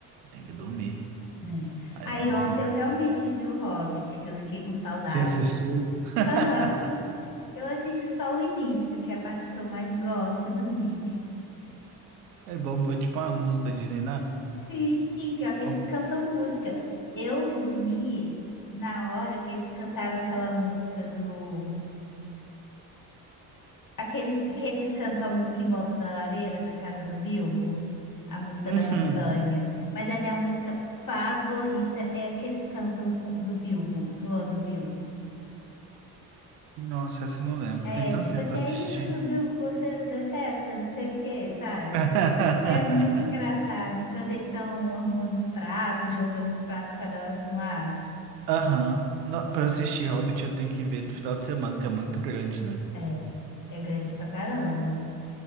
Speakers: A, on the right; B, on the left.
A: tem que dormir.
B: Né?
A: Aí
B: Aí
A: não li,
B: ontem
A: não.
B: eu realmente vi o Hobbit, que eu fiquei com saudade.
A: Você assistiu? <laughs>
B: Aham. Eu assisti só o início, que é a parte que eu mais gosto, e dormi.
A: É bom, é tipo uma música de Niná.
B: Sim, e pior que eles
A: Oh,
B: cantam música. Eu dormi na hora que eles cantaram aquela música do Aquele, que eles cantam a música em volta da lareira na casa do Bilbo, a música
A: uhum.
B: da montanha. Mas a minha música favorita é a que eles cantam com- do Bilbo, zoando o Bilbo.
A: Nossa, essa eu não lembro.
B: É
A: Tem tanto
B: tipo
A: tempo
B: assim,
A: que eu assisti.
B: é isso que o Bilbo Bolseiro detesta, não sei o que, sabe?
A: <laughs>
B: É muito engraçado. Enquanto eles estão arrumando os pratos, jogando os pratos cada hora para um lado.
A: Aham. Não, pra eu assistir Hobbit, eu tenho que ver no final de semana, porque é muito grande, né?
B: É, é grande pra caramba.